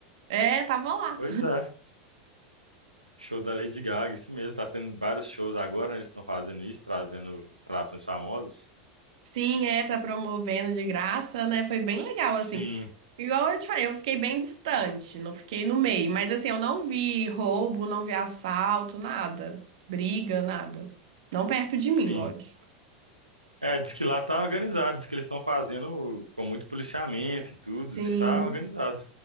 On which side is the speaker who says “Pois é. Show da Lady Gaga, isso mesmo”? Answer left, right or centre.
Right